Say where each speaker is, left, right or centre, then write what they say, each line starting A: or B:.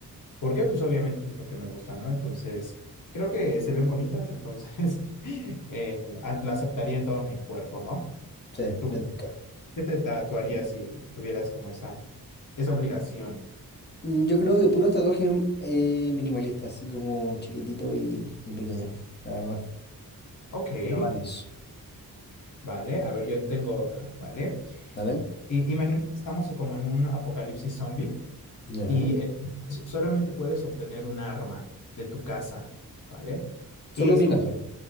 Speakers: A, on the left (about 55°); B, on the left (about 30°).
A: ¿por qué? Pues obviamente pues porque me gustan, ¿no? Entonces, creo que se ven bonitas, entonces <laughs> eh, a- las aceptaría en todo mi cuerpo, ¿no?
B: Sí,
A: ¿Tú
B: me
A: qué
B: tinca.
A: qué te tatuarías si tuvieras como esa, esa obligación?
B: Mm, Yo creo que puros tatuajes eh, minimalistas, así como chiquititos y, y pequeños, la verdad.
A: Ok, ¿eh?
B: pero varios,
A: vale, a ver, yo tengo otra, ¿vale?
B: ¿vale?
A: I- Imaginemos que estamos como en un apocalipsis zombie
B: Ya.
A: y eh, s- solamente puedes obtener un arma de tu casa, ¿vale? ¿Qué
B: Solo
A: esco-
B: en mi casa.